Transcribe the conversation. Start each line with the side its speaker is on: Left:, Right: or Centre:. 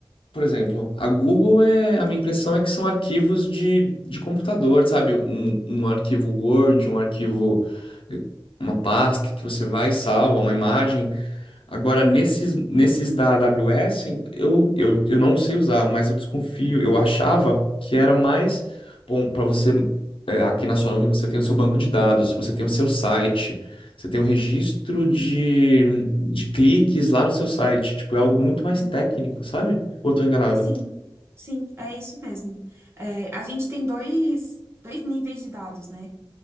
Left: por exemplo, a Google é, a minha impressão é que são arquivos de, de computador, sabe? Um, um arquivo Word, um arquivo, eh, uma pasta que você vai e salva, uma imagem. Agora, nesses, nesses da AWS, eu, eu, eu não sei usar, mas eu desconfio. Eu achava que era mais bom para você. é, aqui na sua nuvem você tem o seu banco de dados, você tem o seu site, você tem o registro de, de cliques lá no seu site. Tipo, é algo muito
Right: Uhum.
Left: mais técnico, sabe? Ou eu tô enganado?
Right: Sim, sim, é isso mesmo. É, a gente tem dois, dois níveis de dados, né?